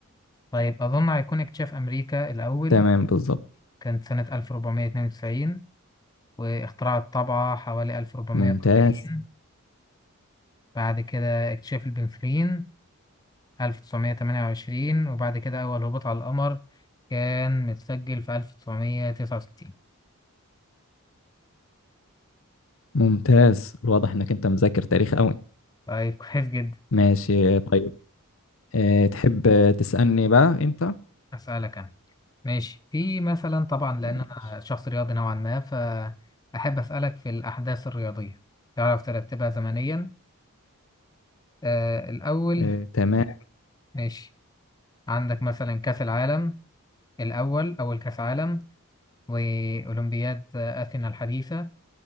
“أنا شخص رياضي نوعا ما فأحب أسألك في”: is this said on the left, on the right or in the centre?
Left